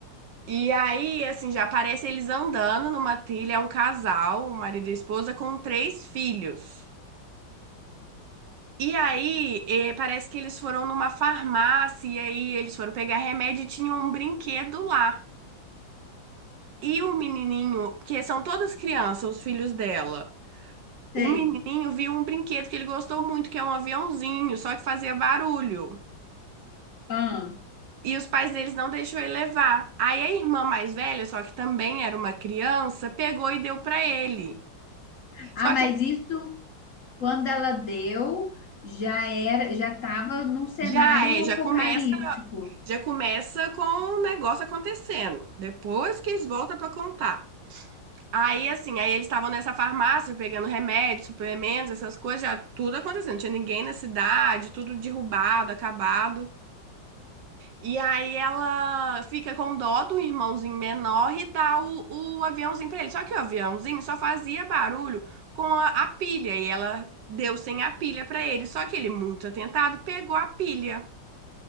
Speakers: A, on the right; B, on the left.
A: E aí, assim, já aparece eles andando numa trilha, é um casal, o marido e a esposa, com três filhos. E aí, eh, parece que eles foram numa farmácia, e aí eles foram pegar remédio e tinham um brinquedo lá. E o menininho, porque são todas crianças, os filhos dela. O
B: sei.
A: menininho viu um brinquedo que ele gostou muito, que é um aviãozinho, só que fazia barulho.
B: Ah.
A: E os pais deles não deixou ele levar. Aí a irmã mais velha, só que também era uma criança, pegou e deu pra ele.
B: Ah,
A: Só
B: mas
A: que
B: isso, quando ela deu, já era, já tava num cenário
A: já é,
B: apocalíptico.
A: já começa, já começa com o negócio acontecendo. Depois que eles voltam pra contar. Aí assim, aí eles estavam nessa farmácia pegando remédios, suplementos, essas coisas, já tudo acontecendo. Não tinha ninguém na cidade, tudo derrubado, acabado. E aí ela fica com dó do irmãozinho menor e dá o, o aviãozinho pra ele. Só que o aviãozinho só fazia barulho com a, a pilha e ela deu sem a pilha pra ele. Só que ele, muito atentado, pegou a pilha.